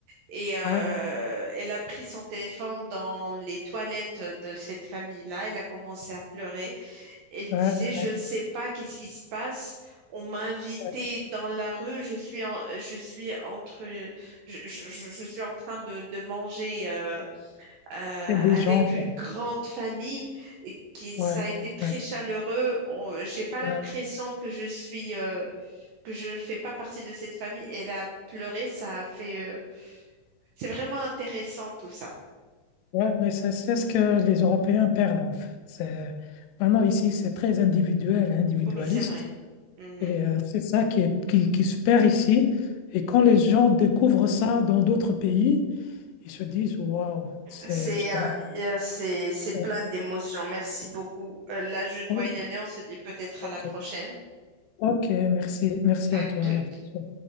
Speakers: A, on the right (about 75°); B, on the left (about 80°).
A: et euh,
B: ouais,
A: elle a pris son téléphone dans les toilettes de cette famille-là, elle a commencé à pleurer elle disait,
B: ouais,
A: je
B: ouais.
A: ne sais pas qu'est-ce qui se passe. On m'a invitée
B: ouais.
A: dans la rue. Je suis en, je suis entre, je, je- je- je suis en train de, de manger euh, euh,
B: Il y a des
A: avec
B: gens. quoi.
A: une grande famille et qui, ça
B: Ouais,
A: a été très
B: ouais,
A: chaleureux. On- J'ai pas l'impression
B: ouais,
A: que je suis, euh, que je ne fais pas partie de cette famille. Elle a pleuré. Ça a fait, euh, c'est vraiment intéressant tout ça.
B: ouais, mais c'est c'est ce que les Européens perdent en fait. C'est- Maintenant, ici, c'est très individuel, individualiste.
A: Oui, c'est vrai. Mhm.
B: Et euh, c'est ça qui est- qui, qui se perd ici. Et quand les gens découvrent ça dans d'autres pays, Ils se disent, waouh, c'est.
A: C'est
B: je savais
A: euh, euh, c'est c'est plein
B: pas.
A: d'émotions. Merci beaucoup. Euh, là, je dois
B: Ok,
A: y aller. On se dit peut-être
B: ok,
A: à la prochaine.
B: ok, merci, merci
A: À
B: à toi.
A: toutes.
B: À la prochaine.